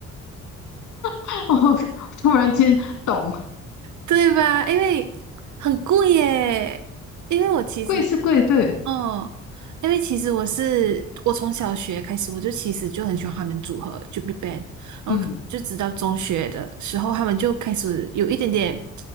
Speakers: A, on the left (about 75°); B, on the right (about 70°).
A: <laughs> 哦，突然间懂，
B: 对吧？因为很贵耶，因为我其实是哦。
A: 贵是贵，对，
B: 因为其实我是我从小学开始，我就其实就很喜欢他们组合，就 BigBang。然后就直到中学的时候，
A: 嗯
B: 他们就开始有一点点